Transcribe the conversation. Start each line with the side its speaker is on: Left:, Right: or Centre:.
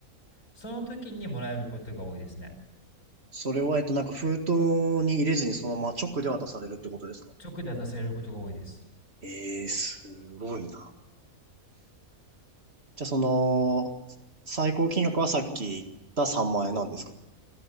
Left: その時にもらえることが多いですね。
Right: それは、えっと、なんか封筒に入れずにそのまま直で渡されるってことですか
Left: 直で渡されることが多いです。
Right: ええー、すごいな。じゃあその、最高金額はさっき言った3万円なんですか